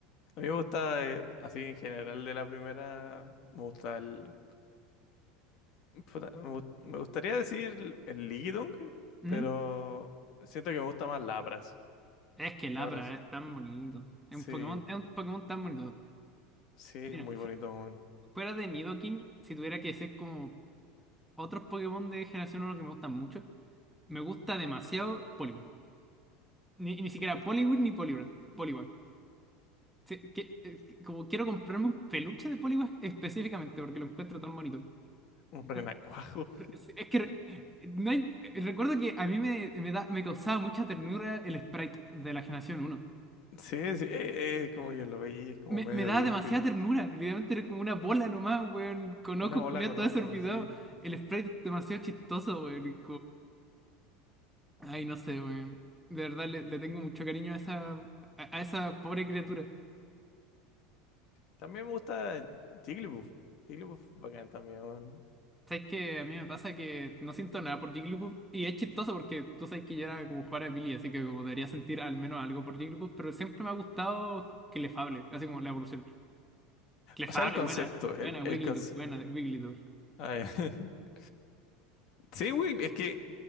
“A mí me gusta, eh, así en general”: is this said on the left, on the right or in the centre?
Left